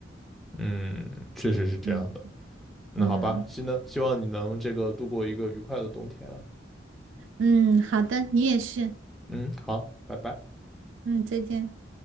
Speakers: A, in the centre; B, on the right (about 80°).
A: 嗯，确实是这样的。
B: 嗯
A: 那好吧，
B: 嗯
A: 希呢，希望你能这个度过一个愉快的冬天啊。
B: 嗯，好的，你也是，
A: 嗯，好，拜拜。
B: 嗯，再见。